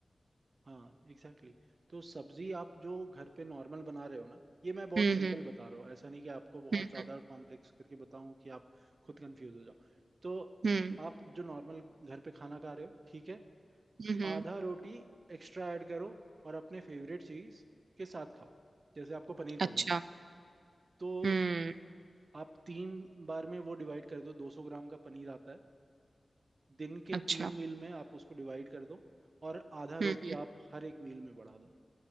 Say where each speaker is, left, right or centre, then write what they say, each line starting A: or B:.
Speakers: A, on the right; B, on the right.
A: हाँ एग्जैक्टली exactly. तो सब्जी आप जो घर पे नॉर्मल बना रहे हो ना ये मैं बहुत
B: हम्म
A: सिंपल
B: हम्म
A: बता रहा हूँ ऐसा नहीं कि आपको बहुत
B: हम्म
A: ज्यादा कॉम्प्लेक्स करके बताऊं कि आप खुद कंफ्यूज हो जाओ तो
B: हम्म
A: आप जो नॉर्मल घर पे खाना खा रहे हो ठीक है
B: हम्म हम्म,
A: आधा रोटी एक्स्ट्रा ऐड करो और अपने फेवरेट चीज के साथ खाओ जैसे आपको पनीर पसंद
B: अच्छा
A: है तो
B: हम्म
A: आप तीन बार में वो डिवाइड कर दो 200 ग्राम का पनीर आता है दिन के
B: अच्छा
A: तीन मील में आप उसको डिवाइड कर दो और आधा
B: हम्म
A: रोटी आप हर एक मील में बढ़ा दो